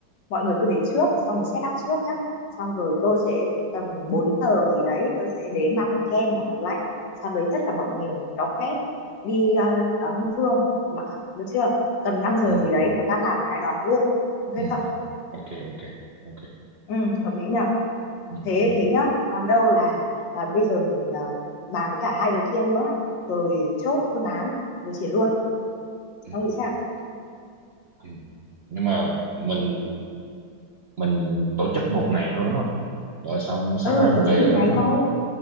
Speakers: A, on the left (about 65°); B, on the right (about 45°).
A: mọi người cứ đến trước xong rồi set up trước nhá xong rồi tôi sẽ tầm 4 giờ gì đấy tôi sẽ đến mang bánh kem vào tủ lạnh sau đấy tất cả bọn mình đóng vét đi à, đón Hương Phương mà được chưa tầm năm giờ
B: ừ,
A: gì đấy nó tan làm cái đón nó luôn ok
B: ừ.
A: không
B: Ok ok ok.
A: ừ hợp lý nhỉ
B: Ừ,
A: thế
B: đồng ý.
A: thế nhá còn đâu là là bây giờ mình ờ, bàn với cả hai đứa kia nữa rồi chốt phương án rồi triển luôn
B: Ừ,
A: ông nghĩ sao
B: ừ. Nhưng mà mình mình tổ chức một ngày thôi đúng không rồi xong sáng
A: ừ
B: mai mình
A: tổ
B: về
A: chức một
B: thôi
A: ngày
B: đúng không
A: thôi